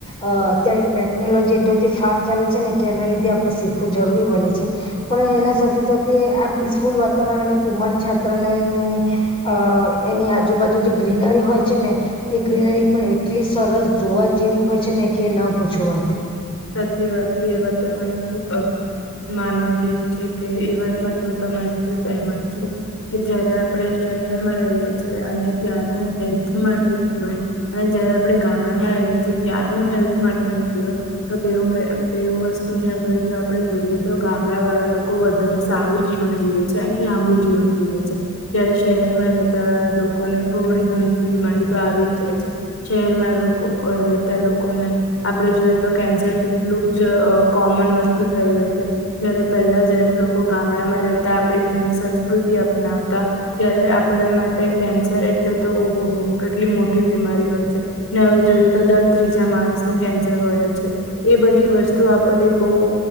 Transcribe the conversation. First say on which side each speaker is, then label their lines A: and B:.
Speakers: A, on the left; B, on the left.
A: અ અત્યારે ટેકનોલોજી એટલી બધી ફાસ્ટ ચાલે છે ને કે એના લીધે આપણે શીખવું જરૂરી બને છે પણ એના સાથે સાથે સાથે આ પીસફુલ વાતાવરણ અને કુમાર છાત્રાલયની અ એની આજુબાજુ જે ગ્રીનરી હોય છે ને તે ગ્રીનરી પણ એટલી સરસ જોવા જેવી હોય છે ને કે ન પૂછ વાત
B: સાચી વાત છે એ વાત તો તમે ખૂબ અ માનવા જેવી છે કે એ વાત માટે હું તમારી સાથે સેહમત છું કે જયારે આપણે શહેરમાં રહીએ છે અને ત્યારનું હેલ્થ માટે જીવન અને જયારે આપણે ગામડામાં રહીએ છીએ ત્યારનું હેલ્થ માટેનું જીવન બેવ મે બેવ વસ્તુને અગર જો આપડે જોઈએ તો ગામડા વાળા લોક કો વધારે સારું જી જીવન જીવે છે અને લાંબુ જીવન જીવે છે ત્યારે શહેરમાં રહેતા લોકોને થોડી ઘણી બીમારી તો આવી જ જાય છે શહેરમાં લોકો રહેતા લોકોને આપડે જોઈએ તો કેન્સર એટલું જ અ કોમન વસ્તુ થઈ હોય છે જયારે પહેલા જયારે લોકો ગામડામાં રહેતા આપણી જૂની સંસ્કૃતિ અપનાવતા ત્યારે આપણા માટે કેન્સર એટલે તો ઓહો હોહો કેટલી મોટી બીમારી હોય છે ને હવે જોઈએ તો દર ત્રીજા માણસને કેન્સર હોય જ છે. એ બધી વસ્તુ આપણે બહુ